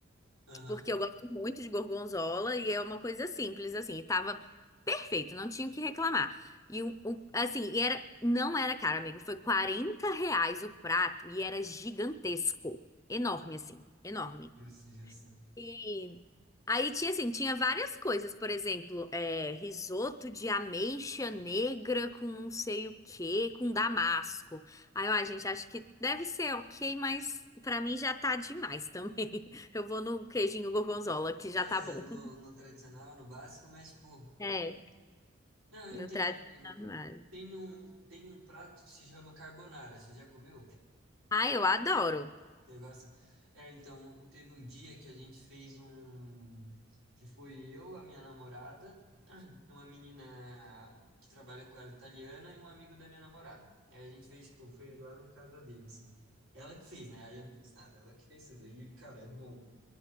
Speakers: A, on the right (about 90°); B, on the left (about 15°).
A: Aham,
B: Porque eu gosto muito de gorgonzola e é uma coisa simples, assim, e tava perfeito, não tinha o que reclamar. E o, o- assim, e era, não era caro, amigo, foi 40 reais o prato e era gigantesco, enorme, assim, enorme.
A: Justo, justo.
B: E Aí tinha assim, tinha várias coisas, por exemplo, é, risoto de ameixa negra com não sei o quê, com damasco. Aí, ó, gente, acho que deve ser ok, mas pra mim já tá demais também. <laughs> Eu vou no queijinho gorgonzola, que já
A: É,
B: tá bom.
A: no, no tradicional, no básico, mas, tipo,
B: É,
A: não, eu
B: no
A: entendo,
B: tradicional.
A: eu entendo. Tem um, tem um prato que se chama carbonara. Você já comeu?
B: Ah, eu adoro,
A: Você gosta? É, então, teve um dia que a gente fez um. Que foi eu, a minha namorada, uma menina que trabalha com ela italiana e um amigo da minha namorada. Aí a gente fez, tipo, fez lá na casa dele, assim. Ela que fez, né? Aí eu não fiz nada, ela que fez tudo. E, cara, é bom.